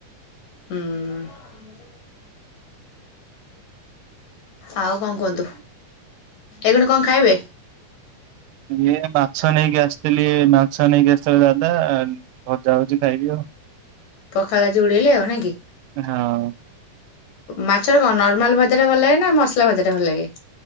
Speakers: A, on the left (about 75°); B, on the right (about 85°).
A: ହୁଁ। <unintelligible> ଆଉ କଣ କୁହନ୍ତୁ? ଏଗୁଣ କଣ ଖାଇବେ?
B: ଇଏ ମାଛ ନେଇକି ଆସିଥିଲି, ମାଛ ନେଇକି ଆସିଥିଲେ ଦାଦା ଆଣ୍ଡ ଭଜା ହଉଛି ଖାଇବି ଆଉ।
A: ପଖାଳ ଆଜି ଉଡେଇଲେ ଆଉ ନାଁ କି?
B: ହଁ।
A: ମାଛର କଣ ନର୍ମାଲ ଭଜାଟା ଭଲ ଲାଗେନା ମସଲା ଭଜଟା ଭଲ ଲାଗେ?